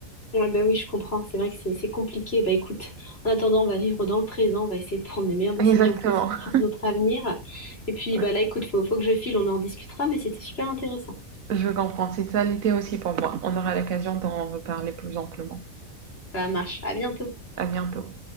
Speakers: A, on the left; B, on the right.
A: Ouais, bah oui, je comprends. C'est vrai que c'est c'est compliqué. Bah écoute, en attendant, on va vivre dans le présent. On va essayer de prendre les meilleures décisions
B: Exactement.
A: possibles pour notre avenir. Et puis,
B: Ouais,
A: bah là, écoute, faut, faut que je file. On en discutera, mais c'était super intéressant.
B: je comprends. C'est ça l'été aussi pour moi. On aura l'occasion d'en reparler plus amplement.
A: Ça marche. À bientôt.
B: À bientôt.